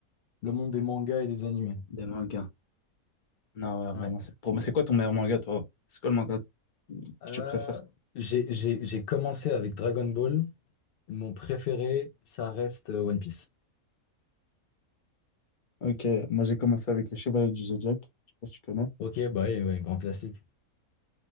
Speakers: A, on the left (about 70°); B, on the left (about 40°).
A: le monde des mangas et des animés.
B: des mangas. Non, ouais,
A: Ouais.
B: vraiment. c'est- Pour moi, c'est quoi ton meilleur manga, toi? C'est quoi le manga que
A: Euh,
B: tu préfères?
A: j'ai j'ai- j'ai commencé avec Dragon Ball. Mon préféré, ça reste euh, One Piece.
B: Ok, moi j'ai commencé avec les Chevaliers du Zodiaque, je sais pas si tu connais,
A: Ok, bah oui, ouais, grand classique.